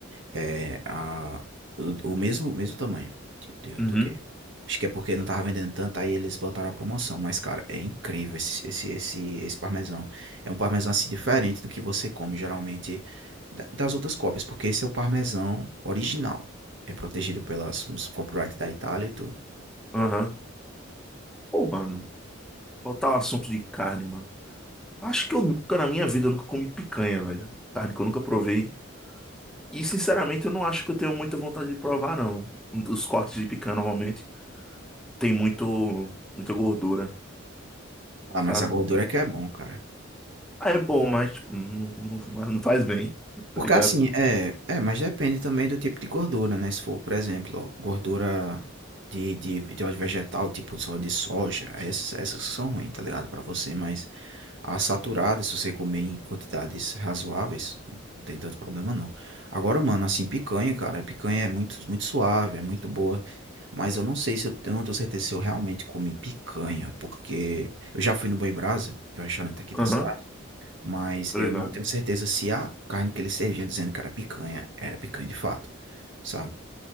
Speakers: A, on the right; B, in the centre.
A: É, a, o, o mesmo, mesmo tamanho de- de-
B: Uhum.
A: do queijo. Acho que é porque não tava vendendo tanto, aí eles botaram a promoção. Mas, cara, é incrível esse, esse, esse, esse parmesão. É um parmesão assim diferente do que você come geralmente da- das outras cópias, porque esse é o parmesão original. É protegido pelas uns copyright da Itália e tudo.
B: Aham. Pô, mano, voltar ao assunto de carne, mano. Acho que eu nunca na minha vida eu nunca comi picanha, velho. Carne que eu nunca provei. E sinceramente eu não acho que eu tenho muita vontade de provar, não. Os cortes de picanha normalmente tem muito, muita gordura,
A: Ah,
B: sabe?
A: mas a gordura é que é bom, cara.
B: Ah, é bom, mas tipo, não, não, não faz bem,
A: Porque
B: tá ligado?
A: assim, é, é, mas depende também do tipo de gordura, né? Se for, por exemplo, gordura de, de, de óleo vegetal, tipo só de soja, essas, essas que são ruins, tá ligado? Pra você, mas a saturada, se você comer em quantidades razoáveis, não tem tanto problema não. Agora, mano, assim, picanha, cara, a picanha é muito, muito suave, é muito boa. Mas eu não sei se eu, eu não tenho certeza se eu realmente comi picanha, porque eu já fui no Boi Brasa, que é o restaurante aqui da
B: Aham,
A: cidade. Mas
B: tô
A: eu
B: ligado.
A: não tenho certeza se a carne que eles serviam dizendo que era picanha, era picanha de fato, sabe?